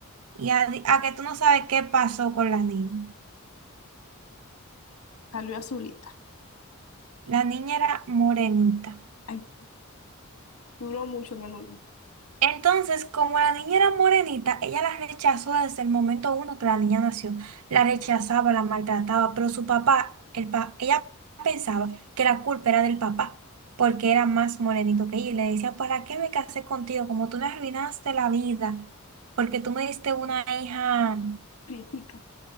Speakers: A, on the right (about 80°); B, on the left (about 85°).
A: Y a, a que tú no sabes qué pasó con la niña.
B: Salió azulita.
A: La niña era morenita.
B: Ay, duró mucho en el horno.
A: Entonces, como la niña era morenita, ella la rechazó desde el momento uno que la niña nació. La rechazaba, la maltrataba, pero su papá, el pa- ella pensaba que la culpa era del papá, porque era más morenito que ella. Y le decía, ¿para qué me casé contigo? Como tú me arruinaste la vida, porque tú me diste una hija.
B: Prietica,